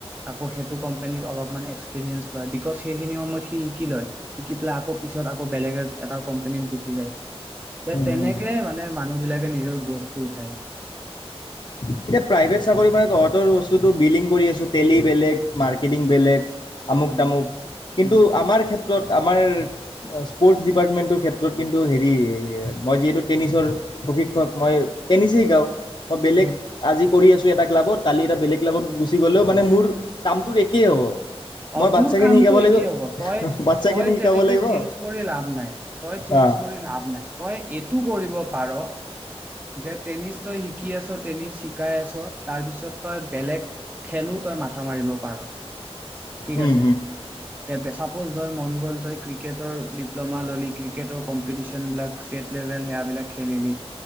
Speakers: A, on the right (about 15°); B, on the left (about 50°).
A: আকৌ সেইটো কোম্পেনীত অলপমান এক্সপিৰিয়েঞ্চ লয়, বিকজ সেইখিনি সময়ত সি শিকি লয়, শিকি পেলাই আকৌ পিছত আকৌ বেলেগ এটা কোম্পেনীত গুচি যায়। এ
B: উম,
A: তেনেকে
B: উম।
A: মানে মানুহবিলাকে নিজৰ গ্ৰোথটো উঠায়।
B: এতিয়া প্ৰাইভেট চাকৰি মানে তহঁতৰ বস্তুটো বিলিং কৰি আছো, টেলি বেলেগ, মাৰ্কেটিং বেলেগ। আমুক
A: উম
B: তামুক কিন্তু
A: উম
B: আমাৰ ক্ষেত্ৰত আমাৰ স্পৰ্টছ ডিপাৰ্টমেণ্টটোৰ ক্ষেত্ৰত কিন্তু হেৰি, মই যিহেতু টেনিছৰ প্ৰশিক্ষক মই টেনিছেই শিকাওঁ। মই বেলেগ
A: উম
B: আজি কৰি আছো এটা ক্লাবত, কালি এটা বেলেগ ক্লাবত গুচি গ'লেও মানে মোৰ কামটোৰ একেই হ'ব
A: অ',
B: মই
A: তোৰ
B: বাচ্ছাখিনি
A: কামটো
B: শিকাব লাগিব
A: একে হ'ব তই
B: বাচ্ছাখিনি
A: তই
B: শিকাব
A: তেনেকে
B: লাগিব
A: চেঞ্জ কৰি লাভ নাই, তই
B: অ
A: চেঞ্জ কৰি লাভ নাই, তই এইটো কৰিব পাৰ যে টেনিছ তই শিকি আছ, টেনিছ শিকাই আছ, তাৰ পিছত তই বেলেগ খেলোঁ তই মাথা মাৰিব পাৰ। ঠিক
B: উম
A: আছে, তে চাপোজ ধৰ মন গ'ল তই ক্ৰিকেটৰ ডিপ্ল'মা ল'লি, ক্ৰিকেটৰ কম্পিটিশন বিলাক ষ্টেট লেভেল সেৱাবিলাক খেলিলি।